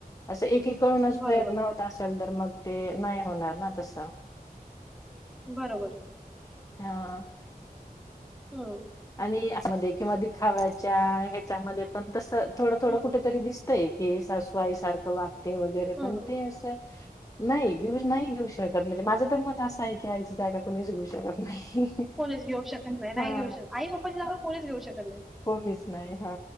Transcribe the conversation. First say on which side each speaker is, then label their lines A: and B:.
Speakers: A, on the left (about 20°); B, in the centre.
A: अस एक एक हुनच प्रयत्न
B: बरोबर
A: होत असेल तर मग ते नाय होणार ना तस.
B: बरोबर.
A: हा.
B: हम्म
A: आणि अस म्हणजे किंवा दिखाव्याच्या ह्याच्यामध्ये पण तसं थोडं थोडं
B: हम्म
A: कुठेतरी दिसतय की सासूआईसारखं वाग ते वगैरे
B: हम्म.
A: पण ते असं नाई <unintelligible> नाई. घेऊ शकत म्हणजे माझ तर मत असं आहे की आईची जागा कोणीच घेऊ शकत नाही.
B: कोणीच घेऊ शकत
A: हा
B: <unintelligible> कोणीच घेऊ शकत नाही
A: कोणीच नाही हा